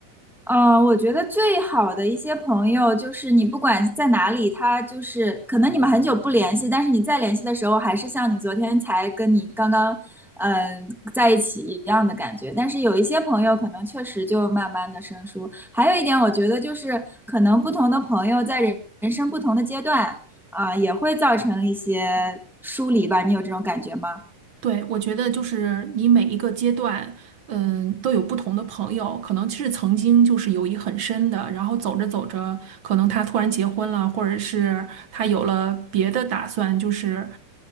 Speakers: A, in the centre; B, on the right.
A: 呃，我觉得最好的一些朋友，就是你不管在哪里，他就是可能你们很久不联系，但是你再联系的时候，还是像你昨天才跟你刚刚嗯、呃在一起一样的感觉。但是有一些朋友，可能确实就慢慢的生疏。还有一点，我觉得就是可能不同的朋友在人人生不同的阶段，啊、也会造成一些疏离吧。你有这种感觉吗？
B: 对，我觉得就是你每一个阶段，嗯，都有不同的朋友，可能是曾经就是友谊很深的，然后走着走着，可能他突然结婚了，或者是他有了别的打算，就是